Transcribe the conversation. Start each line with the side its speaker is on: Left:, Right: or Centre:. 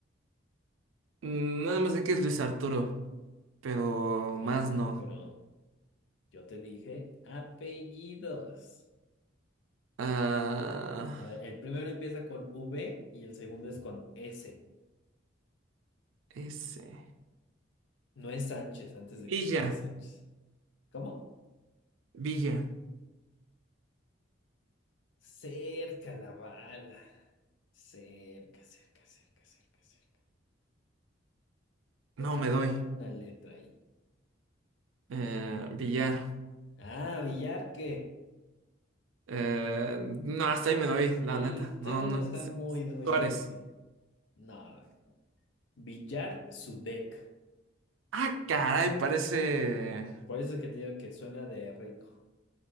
Right: Nada más de que es Luis Arturo. pero
Left: Ok,
Right: más
Left: ajá,
Right: no.
Left: pero yo te dije apellidos.
Right: Ah,
Left: A ver, el primero empieza con V y el segundo es con S.
Right: ese.
Left: No es Sánchez, antes de
Right: Villa,
Left: que digas Sánchez. ¿Cómo?
Right: Villa.
Left: Cerca la bala. Cerca, cerca, cerca, cerca, cerca. Te
Right: No
Left: falta
Right: me doy.
Left: una letra ahí.
Right: Eh, Villar.
Left: Ah, Villarque.
Right: Eh, no, hasta ahí me doy, la
Left: El
Right: neta.
Left: segundo
Right: No, no.
Left: está
Right: S-
Left: muy, muy
Right: Suárez.
Left: difícil. No, no. Villar Sudek.
Right: Ah, caray, parece.
Left: Por eso es que te digo que suena de rico.